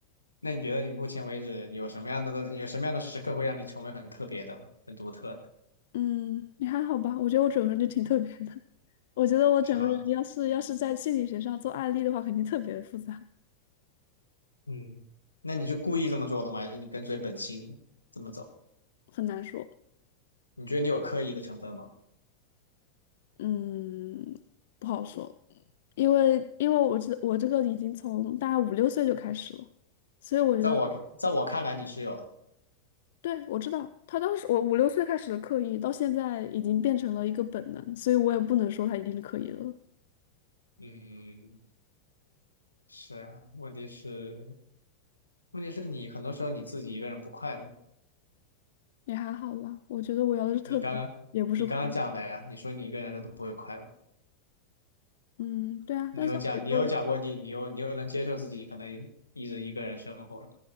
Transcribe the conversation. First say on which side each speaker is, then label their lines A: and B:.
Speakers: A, on the left; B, on the left.
A: 那你觉得你目前为止有什么样的有什么样的时刻会让你成为很特别的吗很独特的，
B: 嗯，你还好吧？我觉得我整个人就挺特别的。<laughs> 我觉得我整个人要是要是在心理学上做案例的话，
A: 是吗？
B: 肯定特别的复杂，
A: 嗯，那你是故意这么做的吗？还是你跟随本心这么走？
B: 很难说。
A: 你觉得你有刻意的成分吗？
B: 嗯，不好说，因为因为我这我这个已经从大概五六岁就开始了，所以我觉得，
A: 在我在我看来你是有的。
B: 对，我知道他当时我五六岁开始的刻意，到现在已经变成了一个本能，所以我也不能说他一定是刻意的了，
A: 嗯，是啊，问题是问题是你很多时候你自己一个人不快乐。
B: 也还好啦。我觉得我要的是特别，
A: 你刚刚你刚刚讲的呀，
B: 也不是快乐。
A: 你说你一个人的时候都不会快乐。
B: 嗯，对啊，
A: 你有讲你有讲过你你又你又能接受自己可能一直一个人生活，
B: 但是我就